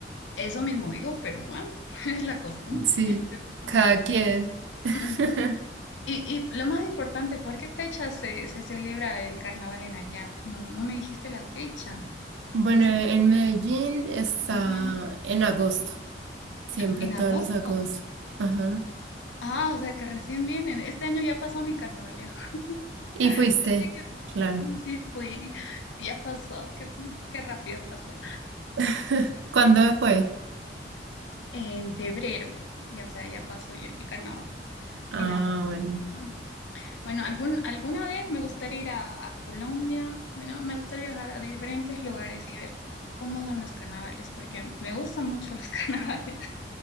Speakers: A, on the left (about 85°); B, on the right (about 85°).
A: Eso mismo digo, pero bueno, <laughs> es la costumbre.
B: Sí,
A: <laughs> ¿qué cosas?
B: cada quien. <laughs>
A: Ujú. Y, y lo más importante, ¿por qué fecha se, se celebra el carnaval en allá? No, no me dijiste la fecha.
B: Bueno,
A: Más
B: en
A: im-
B: Medellín está
A: Ujú.
B: en agosto, siempre,
A: En
B: todos
A: agosto.
B: los agostos. Ajá.
A: Ah, o sea que recién vienen. Este año ya pasó mi carnaval ya.
B: ¿Y
A: <laughs>
B: fuiste?
A: Pensé que
B: Claro.
A: sí, sí, fui. Ya pasó. Qué, qué rápido pasó.
B: <laughs> ¿Cuándo fue?
A: En febrero, ya, o sea, ya pasó ya el carnaval,
B: Ah,
A: en agosto.
B: bueno.
A: Mm. Bueno, algún, alguna vez me gustaría ir a, a Colombia, bueno, me gustaría viajar a diferentes lugares y ver cómo son los carnavales, porque me gustan mucho los <laughs> carnavales.